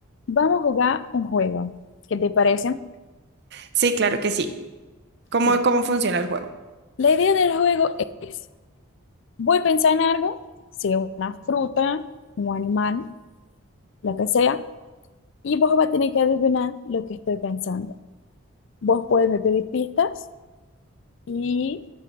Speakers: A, on the left; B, on the right.
A: Vamos a jugar un juego. ¿Qué te parece?
B: Sí, claro que sí. ¿Cómo,
A: Sí.
B: cómo funciona el juego?
A: La idea del juego es, voy a pensar en algo, sea una fruta, un animal, lo que sea, y vos vas a tener que adivinar lo que estoy pensando. Vos puedes me pedir pistas y